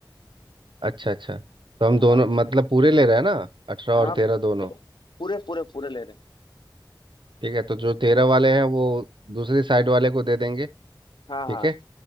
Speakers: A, on the right (about 80°); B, on the left (about 70°).
A: अच्छा अच्छा तो हम
B: हाँ
A: दोनों मतलब पूरे ले रहे हैं ना अठारह
B: हाँ
A: और तेरह दोनों
B: पूरे पूरे पूरे ले
A: ठीक है तो जो तेरह वाले हैं वो दूसरी साइड वाले को दे देंगे ठीक
B: हाँ हाँ
A: है